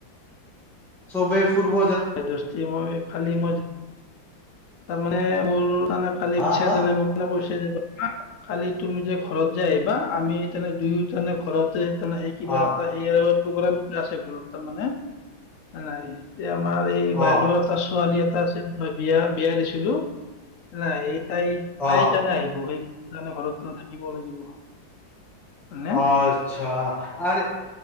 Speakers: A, in the centre; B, on the left.
A: চবে ফুৰ ব
B: দস্তি মই কালি মই তাৰ মানে মোৰ তই মোক কালি
A: হা
B: ইচ্ছা
A: হা
B: যোৱা নাই মোক মা কৈছে যে কালি তুমি যে ঘৰত যে আহিবা আমি তা দুয়োজনে ঘৰত তে তুমি সেই কিবা
A: অ
B: এটা সেইত প্ৰগ্ৰাম আছে ঘৰত তা মানে নাই এতিয়া আমাৰ এই বাইদেউ
A: অ
B: এটা ছোৱালী এটা এটা আছিল মই বিয়া বিয়া দিছিলো তা এই তাই তাই
A: অ
B: কাৰণে আহিব সেই মানে ঘৰত মই থাকিব লাগিব হয়নে
A: আচ্ছা আৰে